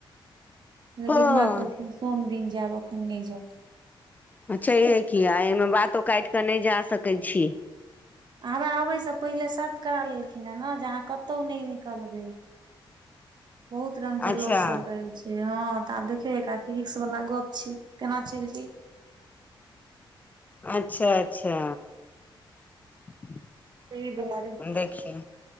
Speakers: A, on the right; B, on the left.
A: लेकिन
B: हँ
A: माँ कहलखिन सोमदिन जाब अखन नय जाउ
B: अच्छाहे किया एहिमे बातो काटि कऽ नय जा सकैत छी
A: हमरा अबयसँ पहिले शर्त करा लेलखिन है ने जे अहाँ कतहु नय निकलबै बहुत रंग के
B: अच्छा
A: लोक सब रहै छै हँ तऽ आब देखिय ये काकी रिकश वाला गप छै केना चल जेये
B: अच्छा अच्छा अच्छा <inaudible>
A: ताहि दुआरे
B: देखियौ